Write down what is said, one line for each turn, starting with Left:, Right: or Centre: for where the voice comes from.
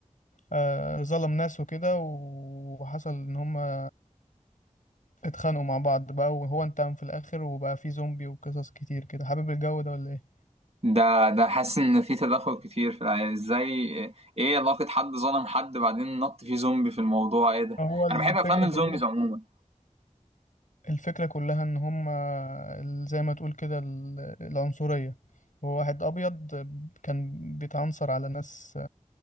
Left: آه، ظلم ناس وكده وحصل إن هما اتخانقوا مع بعض بقى وهو انتقم في الاخر وبقى في زومبي وقصص كتير كده حابب الجو ده ولا ايه
Right: ده ده حاسس ان في تدخل كتير في العيال ازاي ايه علاقة حد ظلم حد بعدين نط فيه زومبي في الموضوع ايه ده
Left: هو الفكرة
Right: انا بحب افلام الزومبيز
Left: كلها
Right: عموما
Left: الفكرة كلها ان هما ال- زي ما تقول كده ال- العنصرية هو واحد ابيض كان بيتعنصر على ناس